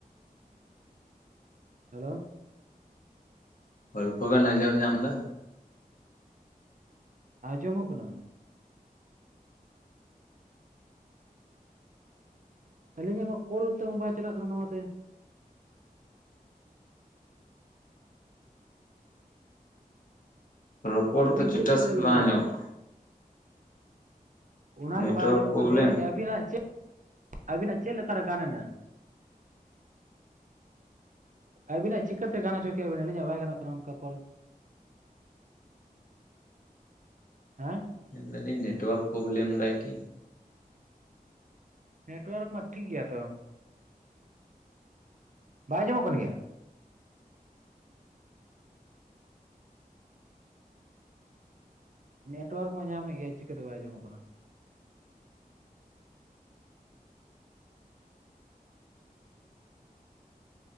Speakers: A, on the right; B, on the left.
A: ᱦᱮᱞᱳ
B: ᱚᱞᱯᱚ ᱵᱮᱱ ᱟᱸᱡᱚᱢ ᱧᱟᱢ ᱮᱫᱟ?
A: ᱟᱸᱡᱚᱢᱚᱜ ᱠᱟᱱᱟ᱾ ᱟᱹᱞᱤᱧᱟᱜ ᱢᱟ ᱠᱚᱞ ᱛᱮᱦᱚᱸ ᱵᱟᱭ ᱪᱟᱞᱟᱜ ᱠᱟᱱᱟ ᱱᱚᱣᱟᱛᱮ᱾
B: ᱨᱚᱯᱚᱲ
A: ᱟᱹᱵᱤᱱ
B: ᱛᱚ ᱪᱷᱮᱴᱷᱟ
A: ᱪᱮᱫ ᱞᱮᱠᱟ
B: ᱥᱮᱡ
A: ᱨᱮᱵᱤᱱ
B: ᱵᱟᱝ
A: ᱤᱭᱟᱹ
B: ᱟᱡᱟᱢᱚᱜ
A: ᱠᱮᱫᱟ
B: ᱠᱟ᱾
A: ᱚᱱᱟᱜᱮ
B: ᱱᱮᱴᱣᱟᱨᱠ
A: ᱵᱟ ᱟᱸᱡᱚᱢ
B: ᱯᱨᱚᱵᱞᱮᱢ
A: <unintelligible> ᱞᱟᱹᱭ ᱟᱞᱤᱧ ᱟᱹᱵᱤᱱᱟᱜ ᱪᱮ ᱟᱹᱵᱤᱱᱟᱜ ᱪᱮᱫ ᱞᱮᱠᱟᱨᱮ ᱜᱟᱱᱮᱱᱟ? ᱟᱹᱵᱤᱱᱟᱜ ᱪᱤᱠᱟᱹᱛᱮ ᱜᱟᱱ ᱦᱚᱪᱚ ᱠᱮᱜᱼᱟ ᱵᱤᱱ ᱟᱹᱞᱤᱧᱟᱜ ᱵᱟᱭ ᱜᱟᱱᱚᱜ ᱠᱟᱱᱟ ᱚᱱᱠᱟ ᱠᱚᱞ? ᱦᱮ
B: ᱢᱮᱱᱫᱟᱞᱤᱧ ᱱᱮᱴᱚᱣᱟᱠ ᱯᱚᱵᱞᱮᱢ ᱫᱟᱭ ᱠᱤ?
A: ᱱᱮᱴᱚᱣᱟᱨᱠ ᱢᱟ ᱴᱷᱤᱠ ᱜᱮᱭᱟ ᱛᱚ᱾ ᱵᱟᱭ ᱟᱡᱚᱢᱚᱜ ᱠᱟᱱ ᱜᱮᱭᱟ? ᱱᱮᱴᱚᱣᱟᱨᱠ ᱢᱟ ᱧᱟᱢᱮᱜ ᱜᱮᱭᱟ ᱪᱤᱠᱟᱹᱛᱮ ᱵᱟᱭ ᱟᱸᱡᱚᱢᱚᱜ ᱠᱟᱱᱟ?